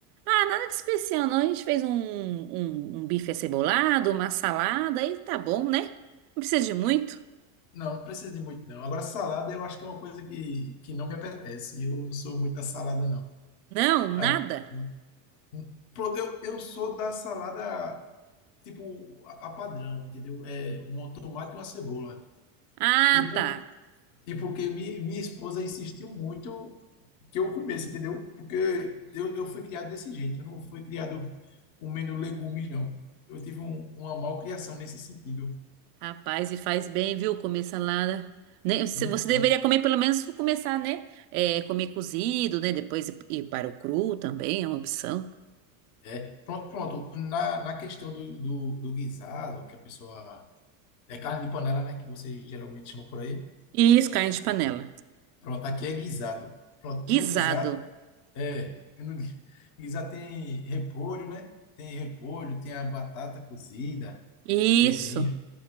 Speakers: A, on the right; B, on the left.
A: Ah, nada de especial, não. A gente fez um, um, um bife acebolado, uma salada e tá bom, né? Não precisa de muito.
B: Não, não precisa de muito, não. Agora, salada eu acho que é uma coisa que, que não me apetece. Eu não sou muito da salada, não.
A: Não, nada.
B: A- hum, hum. Pronto, eu, eu sou da salada, tipo, a, a padrão, entendeu? É um tomate e uma cebola.
A: Ah,
B: Tipo,
A: tá.
B: E porque mi, minha esposa insistiu muito que eu comesse, entendeu? Porque eu, eu fui criado desse jeito, eu não fui criado comendo legumes, não. Eu tive um, uma malcriação nesse sentido.
A: Rapaz, e faz bem, viu, comer salada. Né, Você
B: Então,
A: você deveria comer, pelo menos começar, né? É, comer cozido, né? Depois ir ir para o cru também é uma opção.
B: é, pronto, pronto. Na, na questão do, do, do guisado, que a pessoa. É carne de panela, né? Que vocês geralmente chamam por aí.
A: Isso, carne de panela.
B: Pronto, aqui é guisado. Pronto,
A: Guisado.
B: no guisado, é. No gui- guisado tem repolho, né? Tem repolho, tem a batata cozida,
A: Isso.
B: tudinho.